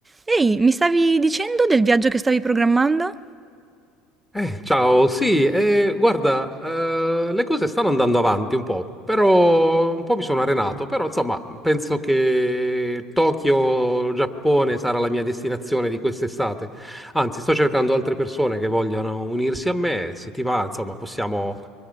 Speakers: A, on the right (about 15°); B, in the centre.
A: Ehi, mi stavi dicendo del viaggio che stavi programmando?
B: Eh, ciao, sì, eh, guarda, eh, le cose stanno andando avanti un po', però un po' mi sono arenato, però insomma, penso che Tokyo, Giappone sarà la mia destinazione di quest'estate. Anzi, sto cercando altre persone che vogliono unirsi a me, se ti va, insomma, possiamo